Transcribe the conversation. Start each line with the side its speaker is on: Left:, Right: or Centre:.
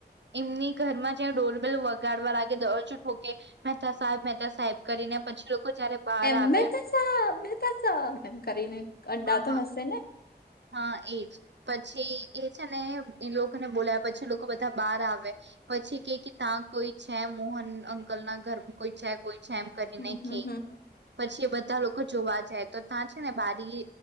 Right: એમની ઘરમાં જ્યાં ડોરબેલ વગાડવા લાગે દરવાજો ઠોકે મહેતા સાહેબ મહેતા સાહેબ કરીને પછી લોકો જયારે બહાર
Left: એમને
Right: આવે
Left: તો <unintelligible> સામે તસા એમ કરીને અડા
Right: હા
Left: તો
Right: હા
Left: હશે ને?
Right: હા એજ પછી એ છે ને એ લોકોને બોલાયા પછી લોકો બધા બહાર આવે પછી કે કે ત્યાં કોઈ છે મોહન અંકલ ના ઘર કોઈ છે કોઈ એમ કરીને
Left: હમ હમ
Right: ખે
Left: હમ
Right: પછી એ બધા લોકો જોવા જાય તો ત્યાં છે, ને બારી